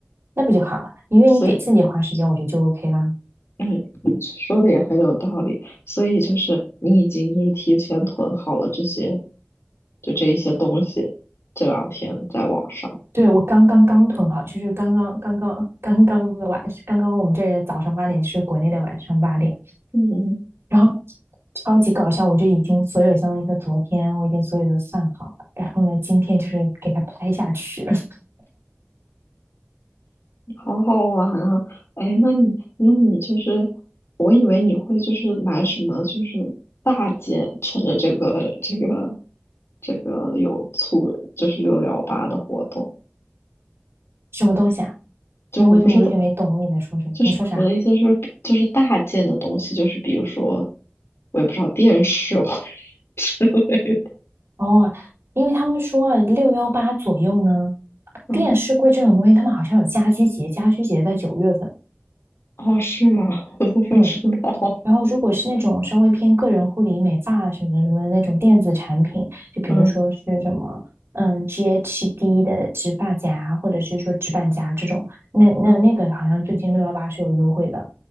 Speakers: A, on the right; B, on the left.
A: 那不就好了。你愿意给自己花时间，
B: 所以。
A: 我觉得就 OK 啦。
B: 嗯，你说的也很有道理，所以就是你已经就是提前囤好了这些，就这一些东西，这两天在网上，
A: 对，我刚刚刚囤好，就是刚刚刚刚刚刚的晚，刚刚我们这里的早上八点是国内的晚上八点。
B: 嗯，
A: 然后超级搞笑，我就已经所有相当于说昨天我已经所有都算好了，然后呢，今天就是给它拍下去。<laughs>
B: 好好玩啊！哎，那你那你就是，我以为你会就是买什么就是大件，趁着这个这个这个有促就是六幺八的活动，
A: 什么东西啊？
B: 就我不知道
A: 哎，我怎么有点没懂你在说什么？
B: 就是我的意思是，
A: 你说啥？
B: 就是大件的东西，就是比如说，我也不知道电视或者 <laughs> 之类的
A: 哦，因为他们说啊六幺八左右呢，
B: <laughs> 嗯，
A: 电视柜这种东西，他们好像有家居节，家居节在九月份。
B: 哦，是吗？<laughs> 我都不知道。
A: 嗯，然后，如果是那种稍微偏个人护理、美发什么什么的那种电子产品，就比如说是什么，
B: 嗯
A: 嗯，GHD 的直发夹，或者是说直板夹这种，那那那个好像最近六幺八是有优惠的。
B: 嗯，